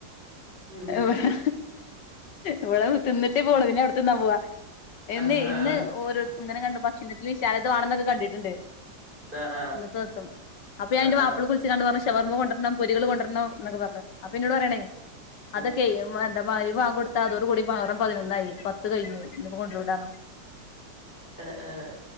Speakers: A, on the right (about 25°); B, on the left (about 75°).
A: ഉം
B: ഇടെ ഇവിടെ തിന്നിട്ടേ പോണ പു പോവാ എന്ന്
A: ആഹ്
B: ഇന്ന്
A: ആഹ്
B: ഓരോരുത്ത ഇങ്ങനെ കണ്ടു ഭക്ഷണത്തിൽ വിശാലമാണെന്നൊക്കെ കണ്ടിട്ടുണ്ട്
A: ആഹ്
B: ഇന്നത്തെ ദിവസം അപ്പൊ
A: ആഹ്
B: അതിന്റെ
A: ആഹ്
B: മാപ്പിള് കുളിച്ച കണ്ട് പറഞ്ഞു ഷവർമ്മ കൊണ്ടുവരണം പരകൾ കൊണ്ടുവരണം എന്നൊക്കെ പറഞ്ഞു അപ്പ പിന്നോട് പറയണേ
A: ഉം
B: അതൊക്കെയ എ വ വാങ്ങ കൊടുത്താ അതോട കൂടിേറ പതിനൊന്നായി പത്ത് കഴിഞ്ഞു ഇിപ്പോ കൊണ്ടപല്ലോ
A: ആ ആ